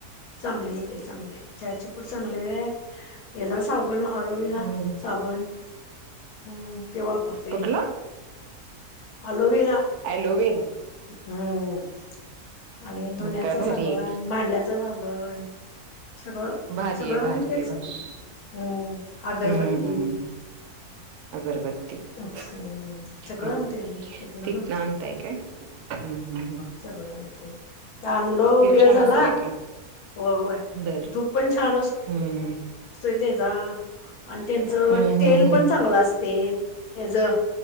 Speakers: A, on the left; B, on the right.
A: चांगले एक आहे चांगले चचायचीिपूड चांगले आहे हचा साबण आरोईला
B: हम्म
A: साबण ह ते वापरते
B: कुठलं
A: हे अलोवेरा
B: एॲलोवेरा
A: हम्म आणि धुण्याच
B: मग काय भारी
A: साबण
B: आहे की
A: भांड्या ण सगळं
B: भारी
A: सगळं
B: ये आहे
A: आम्ही
B: भार
A: तेच
B: येे भारी आहे
A: हम्म अगरबत्ती
B: हम्मम्म् अगरबत्ती
A: हम्म.
B: हम्
A: सगळं आणतोय आम्ही तिथनच
B: तिक
A: आणतोय
B: ना अंतय काय हम्म हम् हम्
A: सय आणतई चांड वेळ
B: छान
A: झाला
B: असतोय का
A: होय होय
B: बर
A: दूप पण छान असत
B: हम्म
A: असतोय त्याचा आणि त्यांचं
B: हम्म
A: तेल
B: हम्म हम्म
A: पण चांगलं असते ह ज्